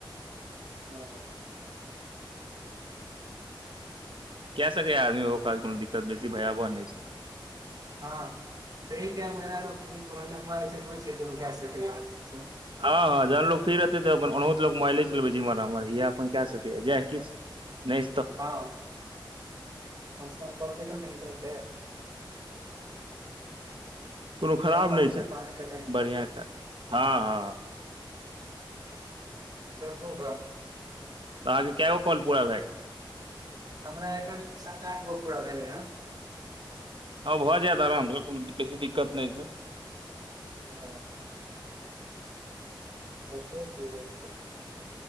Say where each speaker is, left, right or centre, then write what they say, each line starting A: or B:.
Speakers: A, on the right; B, on the right.
A: ह
B: कए सकैया आदमी ओ काज कोनो दिक्कत बेसी भयावह नहि छै
A: हँ रटा छैझ <unintelligible>
B: हँ हँ जहन लोक फिर रहतै तऽ अपन ओनहतो लो मोबइले चलबै जम्हर उमहर इह अपन कए सकैए जए किछु नै
A: हँ सं पत <unintelligible>
B: कोनो खराब
A: नहि पान तऽ
B: छै
A: पान क ह
B: बढ़िआँ काज हँ हँ
A: <unintelligible> छ <unintelligible>
B: काज केऽगो काॅल पूरा भए गेल
A: हमरा एखन सात आठ गो पूरा भेलैहन
B: हँ भऽ जायत आराम से कोनो बेसी दिक्कत नहि छै
A: ओ देखियौ की होय छै